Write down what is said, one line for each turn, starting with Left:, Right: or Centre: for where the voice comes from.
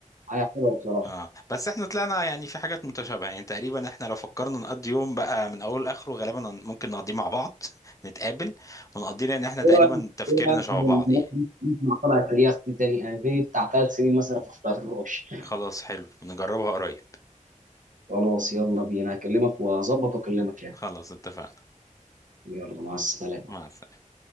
Right: حاجة حلوة بصراحة
Left: اه بس احنا طلعنا يعني في حاجات متشابهه يعني تقريبا احنا لو فكرنا نقضي يوم بقى من اوله لاخره غالبا هن- ممكن نقضيه مع بعض <laughs> نتقابل ونقضيه لان احنا تقريبا
Right: إيه رأيك
Left: تفكيرنا
Right: إيه رأيك
Left: شبه بعض
Right: نروح
Left: يعني
Right: نسمع طلعة اليخت تاني أنا دي بتاع ثلاث سنين مثلا ما طلعتهاش
Left: خلاص حلو نجربها قريب
Right: خلاص يلا بينا هكلمك وأظبط وأكلمك يعني
Left: خلاص اتفقنا
Right: يلا مع السلامة
Left: مع السلامه